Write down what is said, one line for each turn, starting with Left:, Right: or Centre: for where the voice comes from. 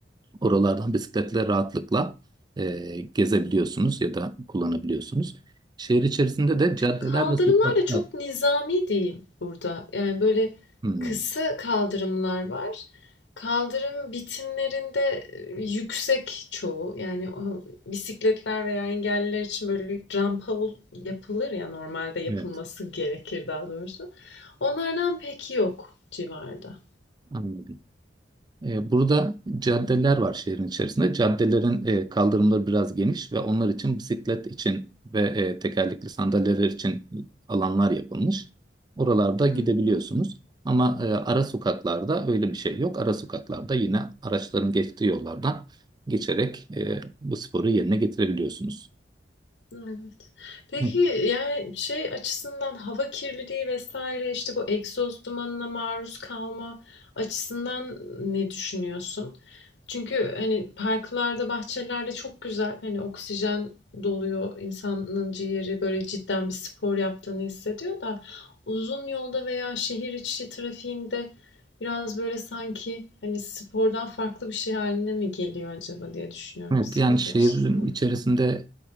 Right: Oralardan bisikletle rahatlıkla e, gezebiliyorsunuz ya da kullanabiliyorsunuz. Şehir içerisinde de caddeler
Left: Kaldırımlar
Right: ve sokaklar.
Left: da çok nizami değil burada. Yani böyle
Right: Hmm,
Left: kısa kaldırımlar var. Kaldırım bitimlerinde e, yüksek çoğu. Yani o bisikletler veya engelliler için böyle bir rampa ol- yapılır ya normalde yapılması
Right: evet,
Left: gerekir daha doğrusu. Onlardan pek yok civarda.
Right: anladım. E, Burada caddeler var şehrin içerisinde. Caddelerin e, kaldırımları biraz geniş ve onlar için bisiklet için ve e, tekerlekli sandalyeler için alanlar yapılmış. Oralarda
Left: Hmm.
Right: gidebiliyorsunuz. Ama e, ara sokaklarda öyle bir şey yok. Ara sokaklarda yine araçların geçtiği yollardan geçerek e, bu sporu yerine getirebiliyorsunuz.
Left: Evet. Peki
Right: Evet,
Left: yani şey açısından hava kirliliği vesaire işte bu egzoz dumanına maruz kalma açısından ne düşünüyorsun? Çünkü hani parklarda, bahçelerde çok güzel hani oksijen doluyor insanın ciğeri böyle cidden bir spor yaptığını hissediyor da uzun yolda veya şehir içi trafiğinde biraz böyle sanki hani spordan farklı bir şey haline mi geliyor acaba diye düşünüyorum
Right: evet,
Left: bisiklet
Right: yani şehrin
Left: açısından.
Right: içerisinde